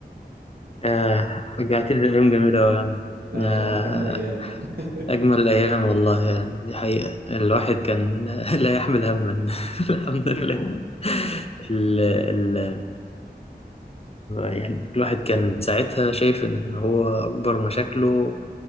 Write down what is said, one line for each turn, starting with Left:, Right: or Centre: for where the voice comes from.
Left: آه رجعتني لأيام جميلة أوي يا عم
Right: لا هي
Left: آه
Right: بصراحه اجمل ايام <laughs>
Left: أجمل أيام والله يعني دي حقيقة الواحد كان <laughs> لا يحمل هما <laughs> الحمد لله ال ال يعني الواحد كان ساعتها شايف إن هو أكبر مشاكله